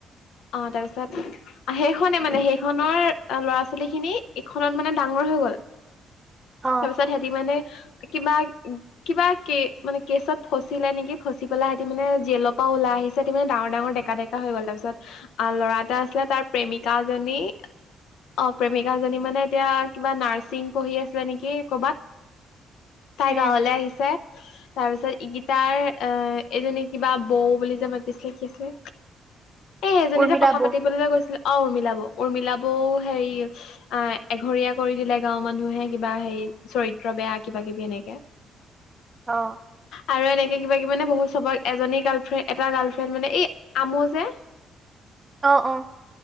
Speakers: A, on the left; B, on the right.
A: অ', তাৰপিছত, হেইখনে মানে হেইখনৰ অ', ল'ৰা, ছোৱালীখিনি এইখনত মানে ডা ডাঙৰ হৈ গ'ল,
B: অ',
A: তাৰপিছত সিহঁতি মানে কিবা, কিবা কে-মানে কেচত ফচিলে নিকি, ফচি পেলাই সিহিতি মানে জেলৰ পা ওলাই আহিছে ত' মানে ডাঙৰ, ডাঙৰ ডেকা, ডেকা হৈ গ'ল, তাপিছত আ, ল'ৰা এটা আছিলে তাৰ প্ৰেমিকা জনী অ', প্ৰেমিকাজনী মানে এতিয়া কিবা নাৰ্ছিং পঢ়ি আ আছে, নেকি কৰ'বাত, তাই
B: উম,
A: গাঁৱলে আহিছে। তাৰপিছত ইগিতাৰ অ', এইজনী কিবা বৌ বুলি যে, মাতিছিলে কি আছিলে।
B: <unintelligible>
A: এ সেইজনী
B: উৰ্মিলা
A: যে কথা
B: বৌ
A: পাতিবলৈ যে গৈছিলে। অহ উৰ্মিলা বৌ উৰ্মিলা বৌ হেৰি অহ এঘৰীয়া কৰি দিলে গাঁওৰ মানুহে। কিবা হেৰি চৰিত্ৰ বেয়া কিবা কিবি এনেকে।
B: অহ।
A: আৰু এনেকে কিবা কিবি মানে বহুত চবক এজনী গাৰ্লফ্ৰেণ্ড এটা গাৰ্লফ্ৰেণ্ড মানে এই আমো যে।
B: <inaudible> অ',